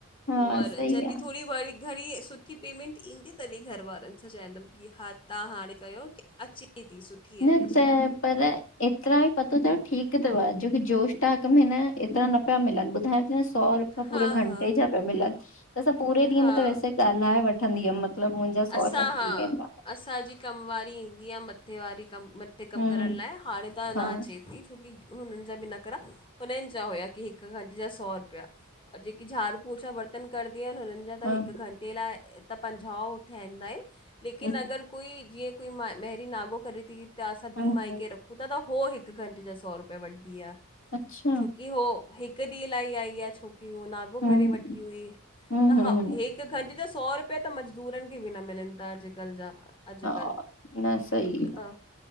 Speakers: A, on the left (about 65°); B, on the left (about 25°).
A: हा
B: और
A: सही
B: जॾहिं
A: आहे
B: थोरी वरी घणी सुठी पेमेंट ईंदी तॾहिं घर वारारनि सां चाहींदमि हा तव्हां हाणे कयो की अचे थी सुठी
A: न
B: आहे
A: त
B: शइ
A: पर एतिरा ई पतो अथव ठीक अथव जोकी जोत टाक में न एतिरा न पिया मिलनि ॿुधायां थी न सौ रुपया
B: हा
A: पूरे घंटे
B: हा
A: जा पया मिलनि त असां पूरे ॾींहं
B: हा
A: त वैसे ॻाल्हाए वठ वठंदीअमि मतिलबु मुंहिंजा सौ
B: असां
A: रुपया थी
B: हा
A: वेंदाआ
B: असांजी कमवी ईंदी आहे मथे वारी कम म पिकअप
A: हम्म
B: करण
A: हम्म,
B: लाइ हाणे त
A: हा
B: न अचे थी छोकी हुननि जा बि न करा हुननि जा हुया की हिक घंटे जा सौ रुपया और जेकी झाड़ू पोछा बर्तन कंदी आहिनि हुननि जा
A: हा
B: त हिकु घंटे लाइ त पंजाहु ठहंदा आहिनि लेकिन
A: हम्म
B: अगरि कोई जीअं कोई म मेहरी नागो करे थी त असां
A: हम्म,
B: ॿी माई
A: हम्म,
B: खे रख हुतां त हो हिकु घंटे जा सौ रुपया वठदी आहे
A: अच्छा
B: छोकी हो हिकु हिक ॾींहुं लाइ आई आहे छोकी उअ नागो
A: हम्म
B: करे वठी हुई
A: हम्म
B: त
A: हम्म
B: हा
A: हम्म,
B: हे हिकु घंटि जा सौ रुपया त मज़दूरनि खे बि न मिलनि था अॼुकल्ह जा अॼुकल्ह
A: हा न सही आहे
B: त